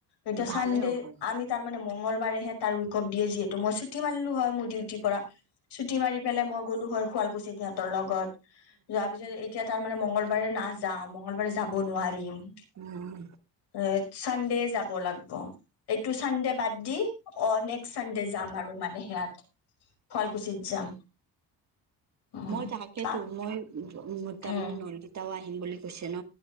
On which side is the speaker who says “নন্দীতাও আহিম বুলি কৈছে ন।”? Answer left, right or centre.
Right